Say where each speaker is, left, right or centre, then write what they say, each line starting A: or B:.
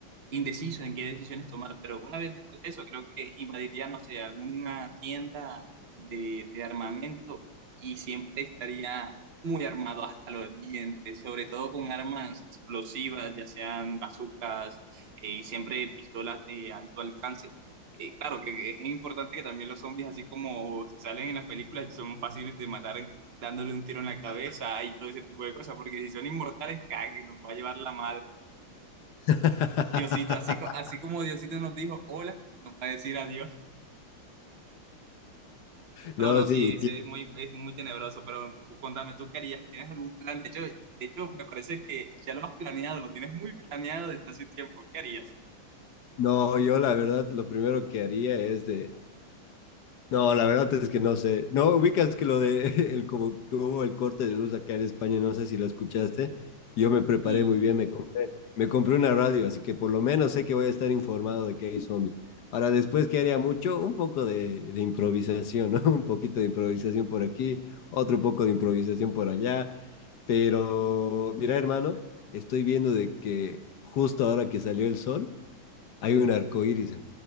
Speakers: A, on the right; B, on the left.
A: indeciso en qué decisiones tomar, pero una vez después de eso creo que invadiría, no sé, alguna tienda de, de armamento y siempre estaría muy armado hasta los dientes, sobre todo con armas explosivas, ya sean bazucas eh, y siempre pistolas de alto alcance. Eh, claro que que es importante que también los zombies, así como se salen en las películas, son fáciles de matar dándole un tiro en la cabeza y todo ese tipo de cosas, porque si son inmortales, cague, nos va a llevar la madre.
B: <laughs>
A: Diosito, así, co- así como Diosito nos dijo hola, nos va a decir adiós.
B: No,
A: No, no,
B: sí,
A: sí, es, es muy, es muy tenebroso, pero contame, ¿tú qué harías? ¿Tienes algún plan? De hecho, de hecho, me parece que ya lo has planeado, lo tienes muy planeado desde hace tiempo. ¿Qué harías?
B: No, yo la verdad lo primero que haría es de... No, la verdad es que no sé. No, ubicas que lo de <laughs> el como que hubo el corte de luz acá en España, no sé si lo escuchaste. Yo me preparé
A: Y,
B: muy bien, me compré, me compré una radio, así que por lo menos sé que voy a estar informado de que hay zombies. Ahora, después, ¿qué haría mucho? Un poco de, de improvisación, ¿no? <laughs> Un poquito de improvisación por aquí, otro poco de improvisación por allá. Pero, mira, hermano, estoy viendo de que justo ahora que salió el sol, hay un arco iris.